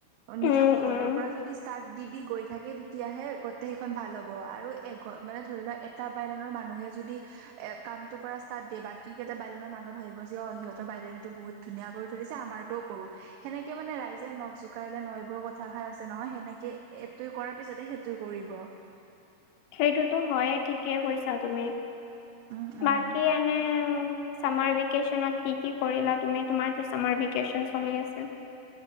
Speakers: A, on the right; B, on the left.
A: নিজৰ
B: উম
A: ঘৰৰ
B: উম
A: পৰা যদি ষ্টাৰ্ট দি দি গৈ থাকে। তিয়াহে গোটেই সেইখন ভাল হব আৰু এ মানে ধৰি লোৱা- তা বাইলনৰ মানুহে যদি এ কামটো কৰে। তাত দিয়ে বাকী কেইটা বাইলেনৰ মানুহ ভাবিব যে সিহতৰ বাইলেন- বহুত ধুনীয়া কৰি থৰি দিছে আমাৰটো কৰো সেনেকে মানে ৰাইজে নখ জোকাৰিলে নৈ বোৰ কথাষাৰ আছে নহয় সেনেকে- এইটো কৰাৰ পিছতে সেইটো কৰিব।
B: সেইটোতো হয়ে ঠিকেই কৈছা তুমি
A: উম উম
B: বাকী এনে- উম চামাৰ ভেকেচণত কি কি কৰিলা তুমি, তোমাৰ ত চামাৰ ভেঁকেচন চলি আছে,